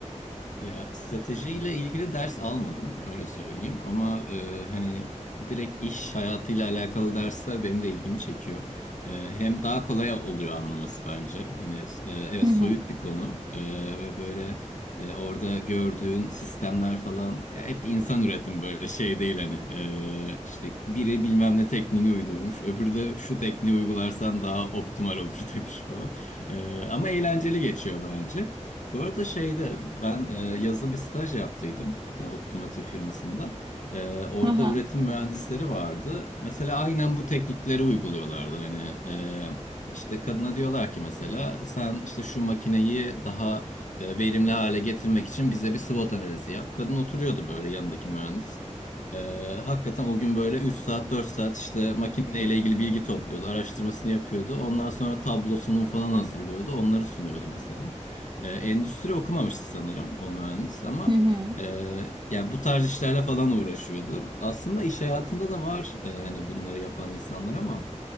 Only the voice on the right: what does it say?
Hı hı.
Hı hı.
Hı hı.